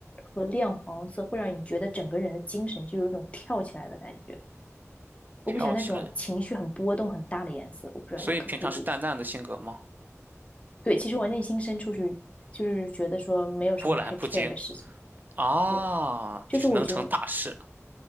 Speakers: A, on the left; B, on the right.
A: 和亮黄色，会让你觉得整个人的精神就有一种跳起来的感觉。我不喜欢那种情绪很波动很大的颜色，
B: 跳起来，
A: 我不知道你可不可以理解。
B: 所以平常是淡淡的性格吗？
A: 对，其实我内心深处是就是觉得说没有什么太
B: 波澜不惊
A: care 的事情。
B: 啊，
A: 对，就是我觉得
B: 就是能成大事，